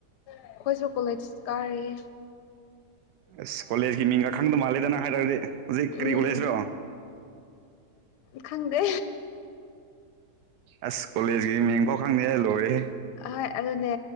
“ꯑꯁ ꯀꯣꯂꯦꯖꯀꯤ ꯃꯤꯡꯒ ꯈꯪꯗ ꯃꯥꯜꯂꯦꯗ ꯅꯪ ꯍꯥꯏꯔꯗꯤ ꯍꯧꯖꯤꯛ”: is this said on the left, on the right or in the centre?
Right